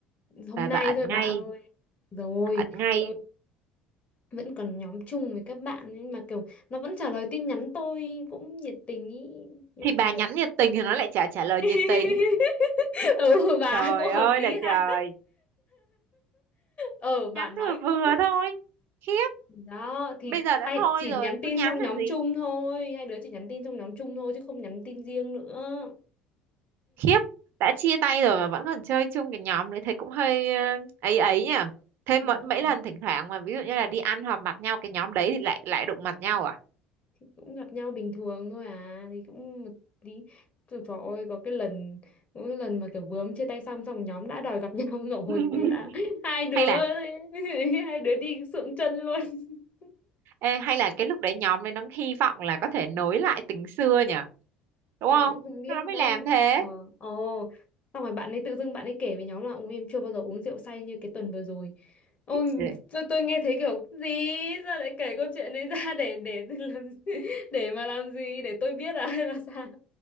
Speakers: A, on the left; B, on the right.
A: hôm
B: bà bà
A: nay
B: ẩn
A: thôi
B: ngay
A: bà ơi rồi
B: ẩn ngay
A: tôi vẫn còn nhóm chung với các bạn ấy mà kiểu nó vẫn trả lời tin nhắn tôi cũng nhiệt tình ý nhưng
B: thì bà
A: mà kiểu
B: nhắn nhiệt tình thì nó lại chả trả lời
A: <laughs>
B: nhiệt tình
A: ừ bà
B: Trời
A: cũng hợp
B: ơi
A: lý
B: là
A: ha
B: trời,
A: ừ
B: nhắn
A: bà nói
B: vừa
A: cũng
B: vừa thôi. Khiếp,
A: đó thì
B: bây giờ
A: hai
B: đã thôi
A: chỉ
B: rồi,
A: nhắn tin
B: cứ nhắn
A: trong
B: làm
A: nhóm
B: gì?
A: chung thôi hai đứa chỉ nhắn tin trong nhóm chung thôi chứ không nhắn tin riêng nữa
B: Khiếp, đã chia tay rồi mà vẫn còn chơi chung cái nhóm đấy thấy cũng hơi ờ, ấy ấy nhỉ. Thế mấy,
A: ừ
B: mấy lần thỉnh thoảng mà ví dụ như là đi ăn họp mặt nhau cái nhóm đấy thì lại lại đụng mặt nhau à?
A: cũng gặp nhau bình thường thôi à thì cũng một tí trời trời ơi có cái lần có cái lần mà kiểu vướng chia tay xong xong nhóm đã đòi gặp <laughs> nhau
B: <laughs>
A: rồi thế là <laughs> hai đứa
B: Hay là
A: <laughs> hai đứa đi sượng chân luôn <laughs>
B: ê, hay là cái lúc đấy nhóm đấy nó hy vọng là có thể nối lại tình xưa nhỉ? Đúng
A: tôi
B: không?
A: cũng không biết
B: Nó mới
A: nữa
B: làm thế.
A: trời ồ xong rồi bạn ấy tự dưng bạn ấy kể với nhóm là ông em chưa bao giờ uống rượu say như cái tuần vừa rồi ôi
B: Ừ.
A: tôi, tôi nghe thấy kiểu gì sao lại kể câu chuyện đấy ra để để làm gì? để mà làm gì để tôi biết à hay là sao